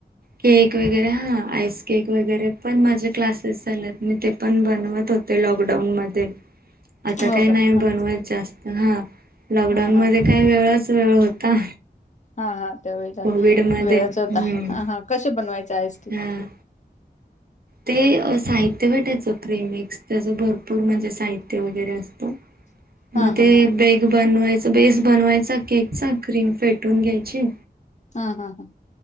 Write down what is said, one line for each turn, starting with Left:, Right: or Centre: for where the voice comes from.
Right: केक वैगरे हा. आईस केक वगैरे पण माझे क्लासेस झालेत मी ते पण बनवत होते लॉकडाऊन मध्ये आता
Left: हो
Right: काही नाही
Left: का हा
Right: बनवत जास्त हा. लॉकडाऊन
Left: हा
Right: मध्ये
Left: हा
Right: काही वेळच वेळ होता.
Left: हा हा. त्या वळेला
Right: कोविड मध्ये
Left: वेळाच
Right: हम्म
Left: होता हा कशी बनवायचं आईस्क्रीम
Right: हा ते साहित्य भेटायचं प्रेमिक्स त्याचं भरपूर म्हणजे साहित्य वगैरे असतं
Left: हा
Right: मग ते
Left: हा हा
Right: बेग बनवायच बेस बनवायचा केकचा क्रीम फेटून घ्यायची
Left: हा हा हा.